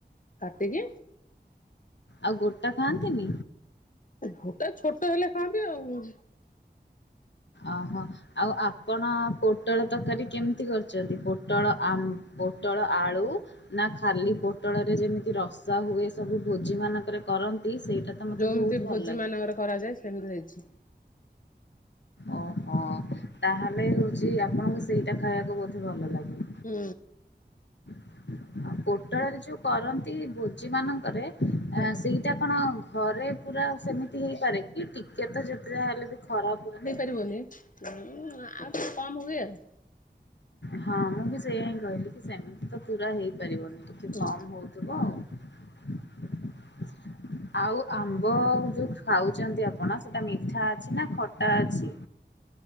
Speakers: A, on the left (about 50°); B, on the left (about 85°).
A: କାଟିକି
B: ଆଉ ଗୋଟା ଖାଆନ୍ତିନି?
A: ଘୋଟା ଛୋଟ ହେଲେ ଖାଆନ୍ତି ଆଉ।
B: ଓହୋ! ଆଉ ଆପଣ ପୋଟଳ ତକାରୀ କେମିତି କରିଚନ୍ତି? ପୋଟଳ ଆମ୍ ପୋଟଳ ଆଳୁ ନା ଖାଲି ପୋଟଳରେ ଯେମିତି ରସା ହୁଏ, ସବୁ ଭୋଜି ମାନଙ୍କରେ କରନ୍ତ ଏ ସେଇଟା ତ ମତେ
A: ଯୋଉମିତି
B: ବହୁତ୍ ଭଲ
A: ଭୋଜି
B: ଲାଗେ।
A: ମାନଙ୍କର କରାଯାଏ ସେମ୍ ଦି ହୋଇଛି।
B: ଓହୋଁ, ତାହେଲେ ହଉଛି ଆପଣଙ୍କୁ ସେଇଟା ଖାଇବାକୁ ବୋଧେ, ଭଲ ଲାଗେ।
A: ହୁଁ।
B: <inaudible> ପୋଟଳରେ ଯୋଉ କରନ୍ତି ଭୋଜି ମାନଙ୍କରେ,
A: ଆଜ୍ଞା
B: ଏଁ ସେଇଟା କଣ ଘରେ ପୁରା ସେମିତି ହେଇପାରେ କି? ଟିକେ ତ ଯେତେ ଯାହା ହେଲେ ବି ଖରାପ। <unintelligible>
A: କି ବନି, ଉଁ ଆଉ ଟିକେ କମ୍ ହୁଏ ଆଉ।
B: ହଁ, ମୁଁ ବି ସେଇୟା ହିଁ କହିଲି, କି ସେମିତି ତ ପୁରା ହେଇପାରିବନି ଟିକେ
A: ଉଁ
B: କମ୍ ହଉ <inaudible> ଆଉ ଆମ୍ବ ଯୋଉ ଖାଉଚନ୍ତି ଆପଣ ସେଟା ମିଠା ଅଛିନା ଖଟା ଅଛି?